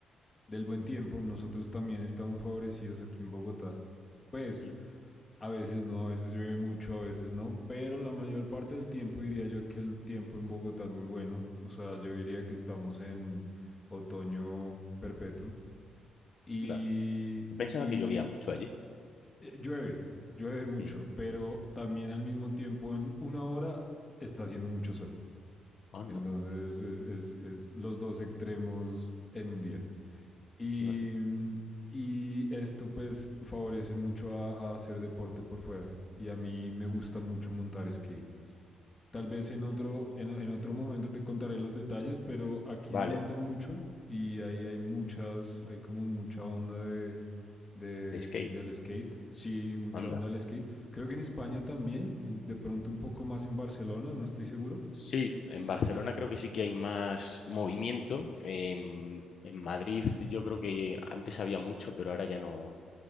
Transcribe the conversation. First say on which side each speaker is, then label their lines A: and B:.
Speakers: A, on the left; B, on the left.
A: del buen tiempo, nosotros también estamos favorecidos aquí en Bogotá. Pues
B: Mm,
A: a veces no, a veces llueve mucho, a veces no, pero la mayor parte del tiempo diría yo que el tiempo en Bogotá es muy bueno. O sea, yo diría que estamos en otoño perpetuo. Y,
B: Anda. Pensaba
A: y
B: que llovía mucho allí.
A: eh, llueve, llueve mucho,
B: Mm,
A: pero también al mismo tiempo en una hora está haciendo mucho sol.
B: Anda.
A: Entonces es, es- es los dos extremos en un día. Y,
B: Fíjate.
A: mm, y esto pues favorece mucho a, a hacer deporte por fuera. Y a mí me gusta mucho montar skate. Tal vez en otro, en, en otro momento te contaré los detalles, pero aquí
B: Vale.
A: se monta mucho y ahí hay muchas, hay como mucha onda de, de-
B: De skates,
A: del skate. Sí, mucha
B: anda.
A: onda del skate. Creo que en España también, un- de pronto un poco más en Barcelona, no estoy seguro.
B: Sí, en Barcelona creo que sí que hay más movimiento. em, en Madrid yo creo que antes había mucho, pero ahora ya no,